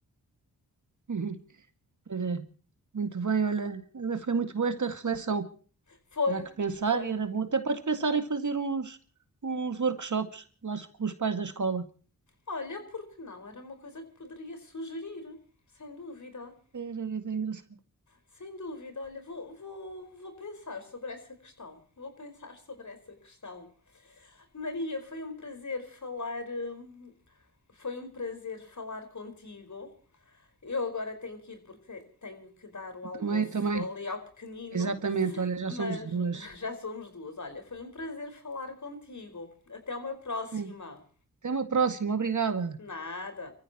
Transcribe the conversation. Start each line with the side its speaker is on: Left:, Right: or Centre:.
Right: <laughs> Pois é. Muito bem, olha, foi muito boa esta reflexão.
Left: Foi,
Right: Dá que pensar
Left: foi.
Right: e era bom. Até podes pensar em fazer uns, uns workshops lá com os pais da escola.
Left: Olha, porque não? Era uma coisa que poderia sugerir, sem dúvida.
Right: Era vida engraçada.
Left: Sem dúvida, olha, vou, vou, vou pensar sobre essa questão. Vou pensar sobre essa questão. Maria, foi um prazer falar, hum, foi um prazer falar contigo. Eu agora tenho que ir porque te- tenho que dar o
Right: Eu
Left: almoço
Right: também, eu também.
Left: ali ao pequenino,
Right: Exatamente, olha, já
Left: mas
Right: somos duas.
Left: <laughs> já somos duas. Olha, foi um prazer falar contigo. Até uma próxima.
Right: Hum. Até uma próxima, obrigada.
Left: Nada.